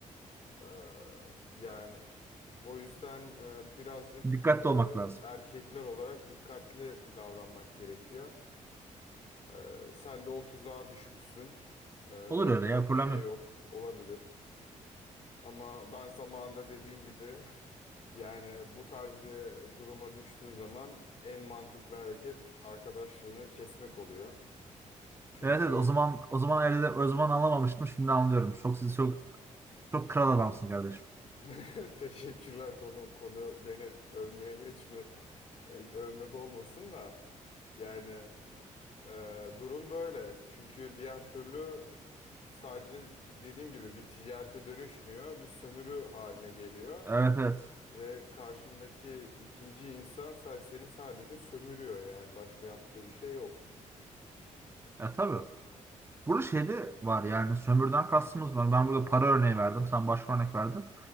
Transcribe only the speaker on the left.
Ee, yani o yüzden e, birazcık
e,
erkekler olarak dikkatli davranmak gerekiyor. Ee, sen de o tuzağa düşmüşsün. Ee, yapacak
bir şey
yok. Olabilir. Ama ben zamanında dediğim gibi <laughs> yani bu tarz bir duruma düştüğün zaman en mantıklı hareket arkadaşlığını kesmek oluyor. Çünkü
<laughs> Teşekkürler konu konu beni övmeye geçme e, övmek olmasın da yani e, durum böyle çünkü diğer türlü sadece dediğim gibi bir ticarete dönüşmüyor bir sömürü haline geliyor
ve karşındaki ikinci insan sa- seni sadece sömürüyor yani başka yaptığı bir şey yok.